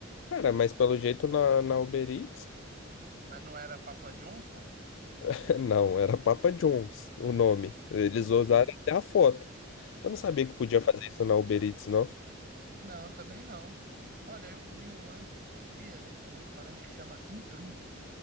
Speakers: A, on the left (about 65°); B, on the right (about 50°).
A: Cara, mas pelo jeito na, na Uber Eats.
B: Mas não era Papa Johnson?
A: <laughs> Não, era Papa John's o nome. Eles usaram até a foto. Eu não sabia que podia fazer isso na Uber Eats, não.
B: Não, também não. Olha, eu comi um lanche esses dias de um restaurante que chama Intruso.